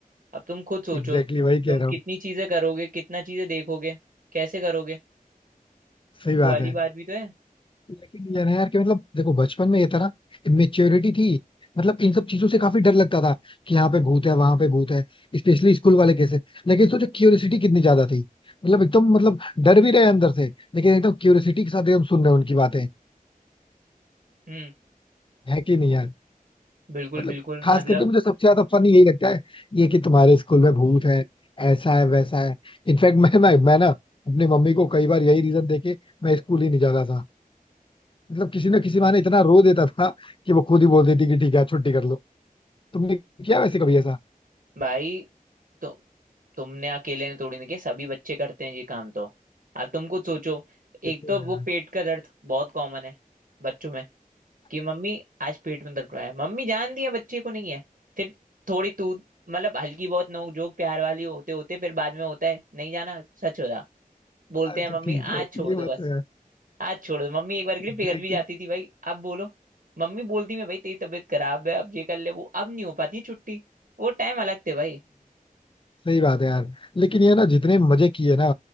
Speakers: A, on the right; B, on the left.
A: अब तुम खुद सोचो
B: एग्जैक्टली exactly वही
A: तुम
B: कह रहा
A: कितनी
B: हूँ
A: चीजें करोगे कितना चीजें देखोगे कैसे करोगे
B: सही बात
A: वो वाली
B: है
A: बात भी तो है
B: लेकिन यार यार कि मतलब देखो बचपन में ये था ना इमेच्योरिटी थी मतलब इन सब चीजों से काफी डर लगता था कि यहाँ पे भूत है वहां पे भूत है स्पेशली स्कूल वाले केस है लेकिन सोचो क्यूरियोसिटी कितनी ज्यादा थी मतलब एकदम मतलब डर भी रहे अंदर से लेकिन एकदम क्यूरियोसिटी के साथ एकदम सुन रहे हैं उनकी बातें
A: हम्म
B: है कि नहीं यार
A: बिल्कुल
B: मतलब
A: बिल्कुल
B: खास
A: मतलब
B: करके मुझे सबसे ज्यादा फनी यही लगता है ये कि तुम्हारे स्कूल में भूत है ऐसा है वैसा है इनफैक्ट मैं मैं मैं ना अपनी मम्मी को कई बार यही रीजन देके मैं स्कूल ही नहीं जाता था मतलब किसी ना किसी बहाने इतना रो देता था कि वो खुद ही बोल देती कि ठीक है छुट्टी कर लो तुमने किया वैसे कभी ऐसा
A: भाई तो तुमने अकेले ने थोड़ी ना किया सभी बच्चे करते हैं ये काम तो अब तुम खुद सोचो
B: ये
A: एक
B: तो
A: तो
B: है
A: वो
B: यार।
A: पेट का दर्द बहुत कॉमन है बच्चों में कि मम्मी आज पेट में दर्द हो रहा है मम्मी जानती है बच्चे को नहीं है फिर थोड़ी तू मतलब हल्की बहुत नोक जोक प्यार वाली होते होते फिर बाद में होता है नहीं जाना सच होता बोलते
B: अच्छा
A: हैं मम्मी
B: ठीक है
A: आज छोड़
B: ये
A: दो
B: बात
A: बस
B: तो है
A: आज छोड़ दो मम्मी एक बार के लिए
B: एग्जैक्टली
A: पिघल भी जाती थी भाई अब बोलो मम्मी बोलती मैं भाई तेरी तबीयत खराब है अब ये कर ले वो अब नहीं हो पाती छुट्टी वो टाइम अलग थे भाई
B: सही बात है यार लेकिन ये ना जितने मजे किए ना